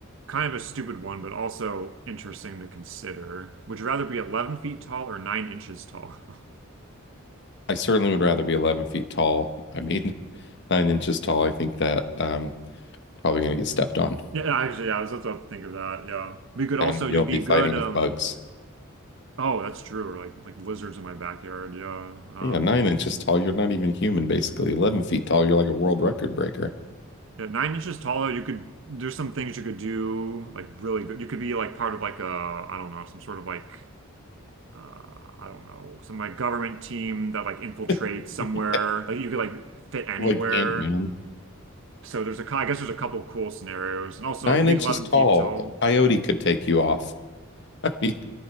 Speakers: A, on the right; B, on the left.
A: kind of a stupid one, but also interesting to consider. Would you rather be 11 feet tall or 9 inches tall? <laughs>
B: I certainly would rather be 11 feet tall. I mean, <laughs> nine inches tall. I think that um probably gonna get stepped on,
A: Yeah, yeah, actually, yeah, I was about to think of that. Yeah. We could
B: and
A: also you'd
B: you'll be
A: be
B: fighting
A: good, um
B: with bugs.
A: oh, that's true, or like like lizards in my backyard, yeah. Um
B: Yeah, nine inches tall. You're not even human, basically. 11 feet tall. You're like a world record breaker,
A: yeah, nine inches taller, you could there's some things you could do like really good. You could be like part of like a I don't know, some sort of like uh I don't know, some like government team that like infiltrates
B: <laughs>
A: somewhere. Like you could like fit anywhere.
B: like Ant-Man.
A: So there's a cou- I guess there's a couple cool scenarios. And also
B: Nine
A: being
B: inches
A: 11
B: tall,
A: feet tall
B: a coyote could take you off. <laughs> I mean,